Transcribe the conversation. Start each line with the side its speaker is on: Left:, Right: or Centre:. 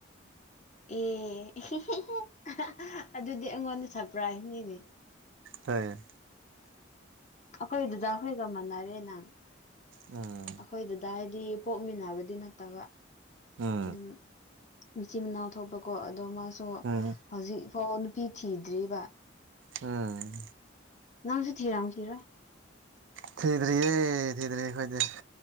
Left: ꯑꯦ ꯑꯦꯍꯦꯍꯦꯍꯦ ꯑꯥꯍ ꯑꯗꯨꯗꯤ ꯑꯩꯉꯣꯟꯗ ꯁꯔꯄ꯭ꯔꯥꯏꯁ ꯅꯤꯅꯦ
Right: ꯍ
Left: ꯑꯩꯈꯣꯏꯗꯨꯗ ꯑꯩꯈꯣꯏꯒ ꯃꯟꯅꯔꯦ ꯅꯪ
Right: ꯎꯝ
Left: ꯑꯩꯈꯣꯏꯗꯨꯗ ꯍꯥꯏꯗꯤ ꯄꯣꯛꯃꯤꯟꯅꯕꯗꯤ ꯅꯠꯇꯕ
Right: ꯎꯝ
Left: ꯑꯗꯨꯝ ꯃꯆꯤꯟ ꯃꯅꯥꯎ ꯊꯣꯛꯄꯀꯣ ꯑꯗꯣ ꯃꯥꯁꯨ
Right: ꯎꯝ
Left: ꯍꯧꯖꯤꯛ ꯐꯥꯎ ꯅꯨꯄꯤ ꯊꯤꯗ꯭ꯔꯤꯕ
Right: ꯎꯝ
Left: ꯅꯪꯁꯨ ꯊꯤꯔꯝꯈꯤꯔꯣꯏ
Right: ꯊꯤꯗ꯭ꯔꯤꯌꯦ ꯊꯤꯗ꯭ꯔꯤ ꯑꯈꯣꯏꯗꯤ